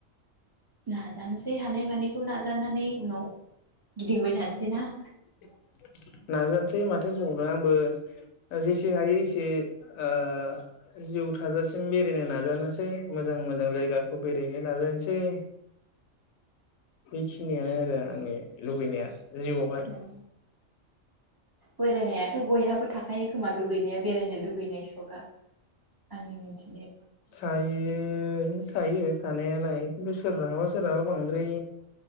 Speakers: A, on the right; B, on the left.
A: नाजानोसै हानाय मानि। खौ नाजानानानै। उनाव गिदिंबाय थानोसै। दिना
B: <inaudible> नाजानोसै माथो बुंबावनो आंबो जेसे हायो एसे ओ जिउ थाजासिम बेरायनो नाजानोसै मोजां-मोजां जायगाखौ बेरायनो नाजानोसै। बेखिनियानो आरो आंनि। लुबैनाया जिउआवहाय।
A: औ बेरायनायाथ बयहाबो थाखायो खोमा लुगैनाया बेरायनो लुगैनाय सका आंनि मिथि।
B: थायो,
A: लोगोफोरनि
B: थायो थानायालाय खिन्थु सोरहाबा सोरहाबा बांद्राय